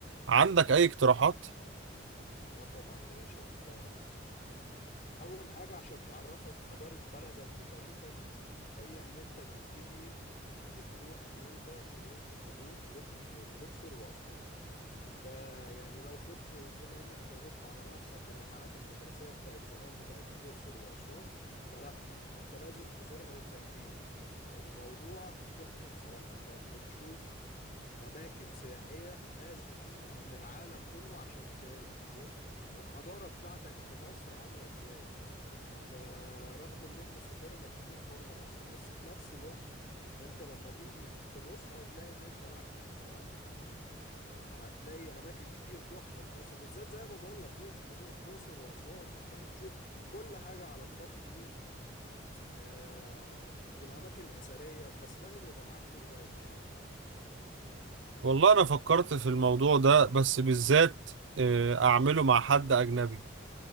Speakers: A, on the right (about 80°); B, on the left (about 45°).
A: عندك اي اقتراحات؟
B: اه طبعا يا باشا انت اول حاجة عشان تعرفك حضارة بلدك وتاريخك هي ان انت تبتدي بتروح ان انت تروح تزور لوك- الاقصر واسوان انت يعني لو كنت بما انك فوتت على نفسك الرحلات المدرسية بتاعت زمان بتاعت الاقصر واسوان فلا انت لازم تزورها وانت كبير الموضوع تحفة بصراحة انت بتشوف اماكن سياحية الناس بتيجي من العالم كله عشان ت- تشوف الحضارة بتاعتك في مصر عاملة ازاي انت رغم ان احنا سافرنا كتير بره مصر بس في نفس الوقت انت لما تيجي تبص هتلاقي ان انت لا انت هتلاقي اماكن كتير تحفة في مصر بالذات زي ما بقول لك الأقص- الاقصر واسوان انت بتشوف كل حاجة على ضفاف النيل آه والاماكن الاثرية بس لازم يبقى معاك تور جايد بصراحة
A: والله انا فكرت في الموضوع ده بس بالذات آه، اعمله مع حد اجنبي